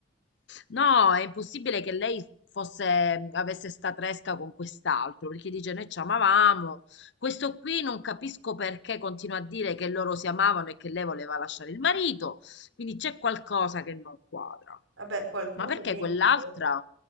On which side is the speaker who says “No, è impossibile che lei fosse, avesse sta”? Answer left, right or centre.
Left